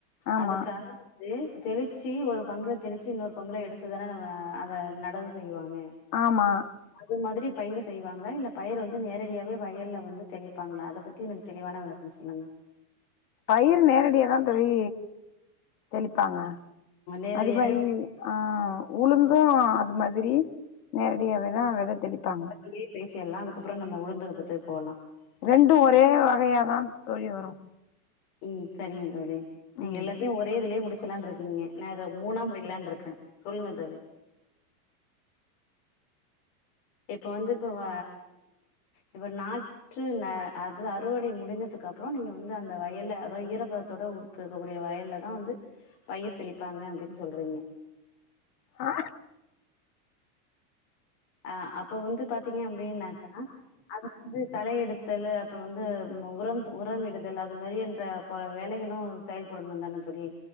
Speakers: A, on the left; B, on the left.
A: ஆமா
B: அதுக்காக து தெளிச்சு ஒரு பங்குல தெளிச்சு இன்னொரு பங்குல எடுத்துதானே நம்ம அத நடவு செய்வாங்க
A: ஆமா
B: அது மாதிரி பயிறு செய்ய வாங்களா இல்ல பயறு வந்து நேரடியாவே வயல்ல வந்து தெளிப்பாங்ளா அத பத்தி எனக்கு தெளிவான விளக்கம் சொல்லுங்க
A: பயிறு நேரடியா தா தோழி தெளிப்பாங்க
B: நேரடியாவே
A: அது மாரி ஆ உளுந்து அது மாதிரி நேரடியாவேதா வெத தெளிப்பாங்க
B: இதே பேசிடலா அதுக்கப்ற நம்ம உளுந்துக்கு பத்துக்கு போலா
A: ரெண்டு ஒரே வகையாக தா தோழி வரு
B: ம் செரிங்க தோழி நீங்க
A: ம்
B: எல்லாத்தையு ஒரே இதுலயே முடிச் முச்சரலான்றிங்கிங்க நா இத மூணா முடிக்கெலாருக்கே சொல்லுங்க தோழி இப்ப வந்து இப்பவ இப்ப நாத் ற்று நா அது அறுவடை முடிந்ததுக்கு அப்றோ நீங்க வந்து அந்த வயல்ல அத ஈரப்பதத்தோட உ க்கக்கூடிய வயல்ல தா வந்து பயிர் தெளிப்பாங்க அப்டின்னு சொல்றீங்க
A: ஆ
B: ஆ அப்ப வந்து பாத்தீங்க அப்டீன்னாக்கா அது வந்து தலையெடுத்தலு அப்றோ வந்து உரம் உரம் இடுதல் அது மாதிரி இந்த போல வேலைகளு செயல்படணு தானே தோழி